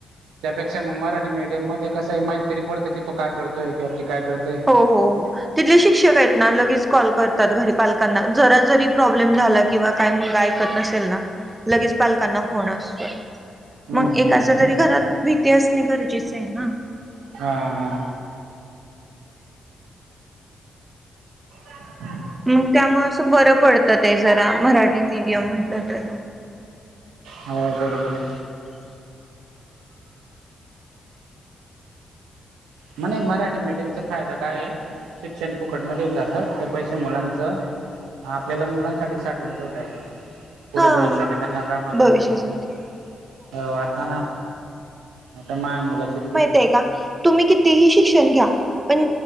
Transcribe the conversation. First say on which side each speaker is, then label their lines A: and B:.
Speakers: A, on the right; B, on the right.
A: त्यापेक्षा मग मराठी मीडियम मध्ये कसंय माहीत तरी पडतं, कि तो काय करतोय किंवा ती काय करतय?
B: हो हो हो. तिथले शिक्षक आहेत ना लगेच कॉल करतात घरी पालकांना जरा जरी प्रॉब्लेम झाला किंवा काही मुलगा ऐकत नसेल ना लगेच पालकांना फोन असतोय.
A: हम्म
B: मग
A: हम्म
B: एकाच तरी घरात भीती असणे गरजेच हाय ना.
A: हा हा. <unintelligible>
B: हम्म त्यामुळे असं बरं पडतं ते जरा मराठी मीडियम म्हटलं तर.
A: हव बरोबर हाय. म्हणे मराठी मीडियमचा फायदा काय हाय? शिक्षण फुकट मध्ये येऊन जातं ते पैसे मुलांचं आपल्याला मुलांसाठी साठवून ठेवता येत. पुढे
B: हा
A: भविष्याला त्यांना कामाला
B: भविष्यासाठी
A: येतील मंग हो आता आता माझ्या मुलाची फी
B: ते का तुम्ही कितीही शिक्षण घ्या पण